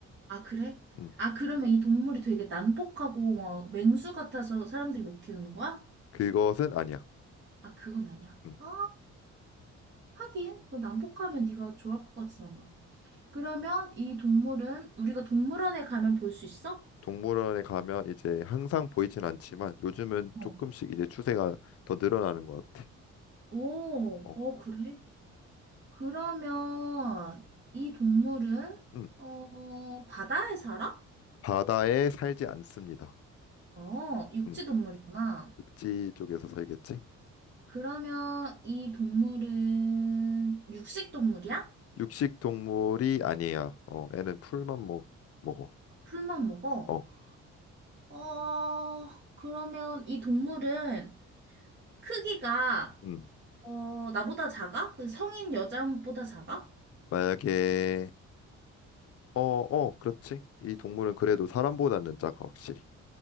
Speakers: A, on the right (about 35°); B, on the left (about 50°).
A: 아, 그래?
B: 음,
A: 아, 그러면 이 동물이 되게 난폭하고 막 맹수 같아서 사람들이 못 키우는 거야?
B: 그것은 아니야.
A: 아, 그건 아니야.
B: 음,
A: 아, 하긴. 너 난폭하면 네가 좋아할 것 같진 않아. 그러면 이 동물은 우리가 동물원에 가면 볼 수 있어?
B: 동물원에 가면 이제 항상 보이진 않지만, 요즘은
A: 어.
B: 조금씩 이제 추세가 더 늘어나는 것 같아.
A: 오,
B: 어,
A: 어, 그래? 그러면 이 동물은
B: 음,
A: 어, 바다에 살아?
B: 바다에 살지 않습니다.
A: 어, 육지
B: 음,
A: 동물이구나.
B: 육지 쪽에서 살겠지?
A: 그러면 이 동물은 육식 동물이야?
B: 육식 동물이 아니야. 어, 애는 풀만 먹, 먹어.
A: 풀만 먹어?
B: 어,
A: 어, 그러면 이 동물은 크기가
B: 음,
A: 어, 나보다 작아? 그 성인 여자보다 작아?
B: 만약에, 어, 어, 그렇지. 이 동물은 그래도 사람보다는 작아, 확실히.